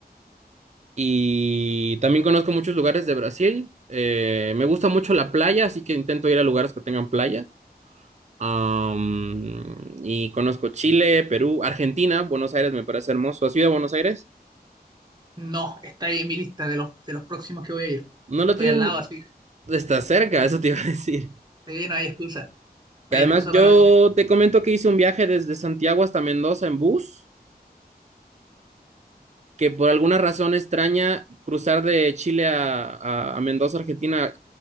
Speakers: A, on the right; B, on the right.
A: Y también conozco muchos lugares de Brasil. Eh, me gusta mucho la playa, así que intento ir a lugares que tengan playa. Am, y conozco Chile, Perú, Argentina, Buenos Aires me parece hermoso. ¿Has ido a Buenos Aires?
B: No, está ahí en mi lista de los, de los próximos que voy a ir.
A: No lo
B: Estoy
A: tienen,
B: al lado, así que
A: está cerca, <laughs> eso te iba a decir.
B: sí, no hay excusa. No
A: Y además
B: hay excusa para
A: yo
B: no
A: te comento que hice un viaje desde Santiago hasta Mendoza en bus. que por alguna razón extraña cruzar de Chile a, a, a Mendoza, Argentina,